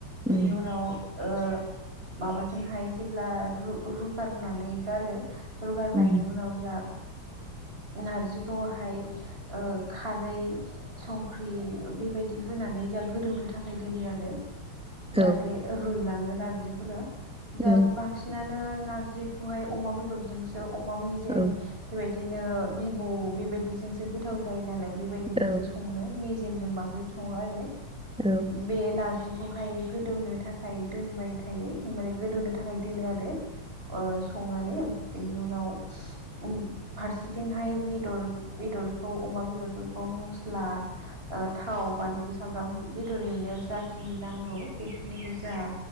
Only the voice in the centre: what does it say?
उम
उम
औ
औ
औ
औ
औ